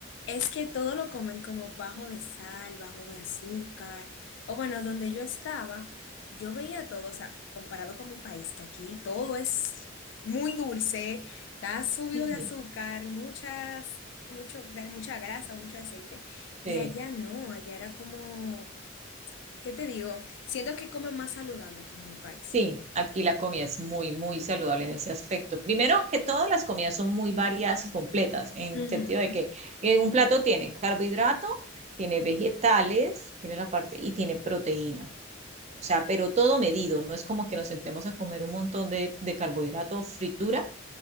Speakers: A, on the left (about 65°); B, on the right (about 35°).
A: es que todo lo comen como bajo de sal, bajo de azúcar. O bueno, donde yo estaba, yo veía todo, o sea, comparado con mi país, que aquí todo es muy dulce, está subido
B: Sí,
A: de azúcar, muchas, mucho, mucha grasa, mucho aceite. Y
B: sí.
A: allá no, allá era como, ¿qué te digo? Siento que comen más saludable que en mi país.
B: Sí, aquí la comida es muy, muy saludable en ese aspecto. Primero que todas las comidas son muy variadas y completas, en
A: Ujú.
B: el sentido de que eh, un plato tiene carbohidrato, tiene vegetales, tiene la parte y tiene proteína. O sea, pero todo medido, no es como que nos sentemos a comer un montón de, de carbohidrato o fritura